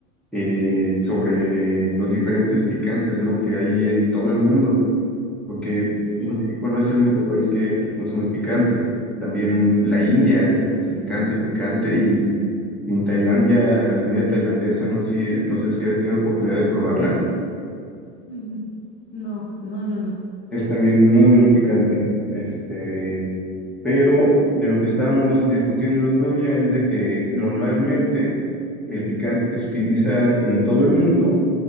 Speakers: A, in the centre; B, on the left (about 25°).
A: eh, sobre los diferentes picantes, ¿no? que hay en todo el mundo. porque
B: Sí.
A: México no es el único país que, que consume picante. También la India les encanta el picante y, y en Tailandia la comida tailandesa, no, si, no sé si has tenido oportunidad de probarla,
B: Mm, No, no, no, no.
A: es también muy, muy picante. Este, pero de lo que estábamos discutiendo el otro día es de que normalmente el picante que se utiliza en todo el mundo